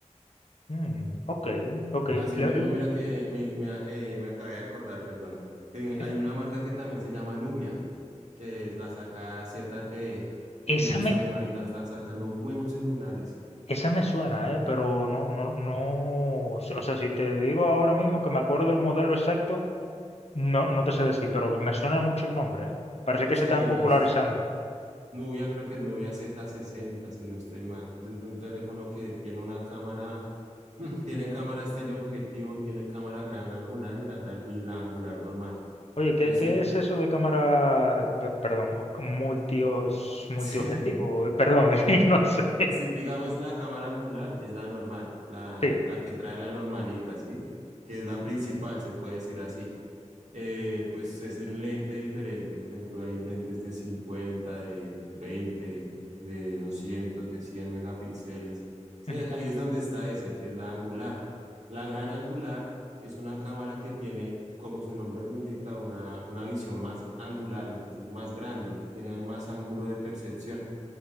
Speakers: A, on the left; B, on the right.
A: Mm, ok, ok.
B: Asimismo,
A: Le- le-
B: mira que me, me, eh, me acabé de acordar, perdón. Te-
A: eh,
B: hay una marca que también se llama Nubia, que es la saca ZTE,
A: esa
B: y ellos
A: me,
B: también ahorita están sacando buenos celulares.
A: esa me suena, eh, pero no, no, no. O sea, si te digo ahora mismo que me acuerdo del modelo exacto. No, no te sé decir, pero me suena mucho el nombre, ¿eh? Parece que
B: Sí,
A: se están
B: hay unos,
A: popularizando.
B: Nubia creo que es Nubia Z60, si no estoy mal. Ese es un teléfono que tiene una cámara <laughs> Mm, Tiene cámaras teleobjetivo, tiene cámara gran angular y la gran y la angular normal.
A: Oye, ¿qué,
B: Entonces,
A: qué es eso de cámara, eh, pe- perdón, o- multi, os-
B: <laughs>
A: multiobjetivo?
B: si,
A: Eh, Perdón, <laughs> no sé.
B: si digamos la cámara angular es la normal, la,
A: Sí.
B: la que trae la normalita, ¿sí? Que es la principal, se puede decir así. eh, pues es un lente diferente, por ejemplo, hay lentes de 50, de 20, de 200, de 100 megapíxeles. Sí,
A: Ujú.
B: es- ahí es donde está ese, que es la angular. La gran angular es una cámara que tiene, como su nombre lo indica, una, una visión más angular, entonces más grande, tiene más ángulo de percepción.